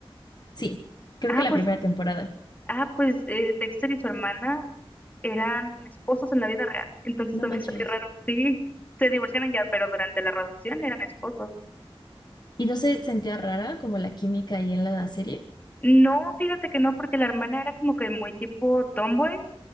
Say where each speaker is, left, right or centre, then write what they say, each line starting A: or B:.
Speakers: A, on the left; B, on the left.
A: Sí, creo
B: Ah,
A: que la
B: pues,
A: primera temporada.
B: ah, pues eh, Dexter y su hermana eran esposos en la vida real. Entonces
A: No
B: también
A: manches.
B: está muy raro. Sí, se divorciaron ya, pero durante la graduación eran esposos.
A: ¿Y no se sentía rara como la química ahí en la serie?
B: No, fíjate que no, porque la hermana era como que muy tipo tomboy